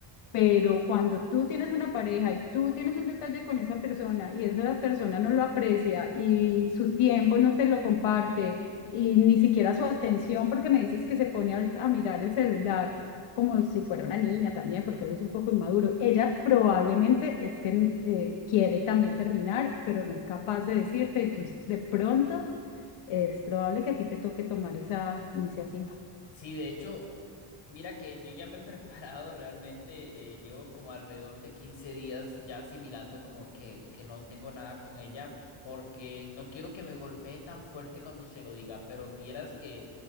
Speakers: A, on the left; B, on the left.
A: Pero cuando tú tienes una pareja y tú tienes un detalle con esa persona y esa persona no lo aprecia y su tiempo no te lo comparte y ni siquiera su atención, porque me dices que se pone a, a mirar el celular como si fuera una niña también, porque eso es un poco inmaduro. Ella probablemente es que eh, quiere también terminar, pero no es capaz de decirte, entonces de pronto es probable que a ti te toque tomar esa iniciativa.
B: sí, de hecho... Mira que yo ya me he <laughs> preparado realmente, eh, llevo como alrededor de 15 días ya asimilando como que, que no tengo nada con ella porque no quiero que me golpee tan fuerte cuando se lo diga, pero vieras que,